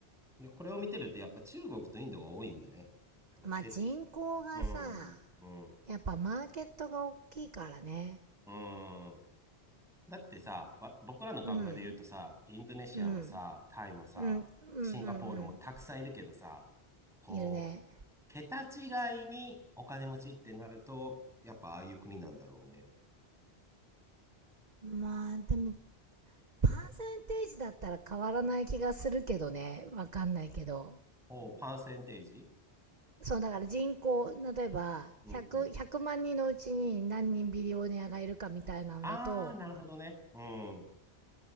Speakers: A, in the centre; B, on the right (about 40°).
A: で、これを見てると、やっぱ中国とインドが多いんだね。あの、
B: まあ、
A: け、
B: 人口がさ、
A: うん、うん、
B: やっぱマーケットが大きいからね。
A: うん。だってさ、わ僕らの感覚で言うとさ、
B: うん、
A: インドネシアもさ、
B: うん。うん、
A: タイもさ、
B: うんうんう
A: シンガポールもたくさんいるけどさ、
B: ん。
A: こう、
B: いるね。
A: 桁違いにお金持ちってなると、やっぱああいう国なんだろうね。
B: まあでも、パーセンテージだったら変わらない気がするけどね。わかんないけど。
A: おう、パーセンテージ
B: そう、だから人口、例えば、
A: うん
B: 100、万人のうちに何人ビリオネアがいるかみたいなのだと、
A: ああ、なるほどね。うん。